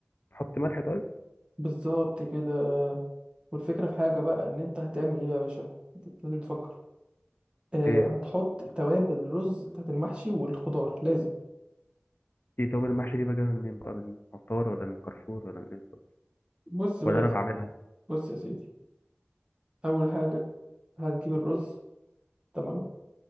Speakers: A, on the left; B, on the right.
A: احط ملح طيب
B: بالظبط كده والفكره في حاجه بقى ان انت هتعمل ايه بقى يا باشا أنت لازم تفكر اه
A: ايه
B: هتحط توابل الرز بتاعت المحشي والخضار لازم
A: دي طب المحشي دي بجيبها منين بقى من عطار ولا من كارفور ولا من إيه بالظبط؟
B: بص بقى
A: ولا
B: يا
A: انا
B: سيدي
A: بعملها
B: بص يا سيدي اول حاجه هتجيب الرز تمام